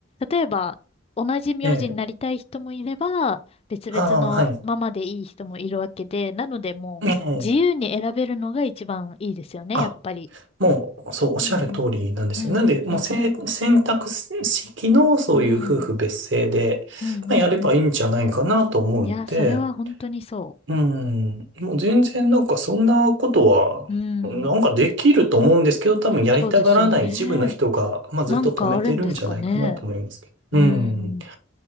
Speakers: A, on the left (about 30°); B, on the right (about 60°).
A: 例えば、同じ名字になりたい人もいれば、
B: ええ
A: 別々のままでいい人もいるわけで、
B: ああー、はい。
A: なのでもう、
B: ええ
A: 自由に選べるのが一番いいですよね、
B: あ、
A: やっぱり。
B: もう、そう、おっしゃる通りなんですよ。
A: うんうんうんうん。
B: なんで、もう、せ、選択式の、そういう夫婦別姓で、
A: うん。うんうんうん。
B: まあ、やればいいんじゃないかなと思うので、
A: うんいや、それは本当にそ
B: うん。もう全然なんかそんなことは、
A: う。うん。
B: なんかできると思うんですけど、多分やりたがらない一部の人が、
A: そうですよね。
B: まあずっと止めてるんじゃないかなと思いますけど。
A: なんかあるんですかね。うん。
B: うん。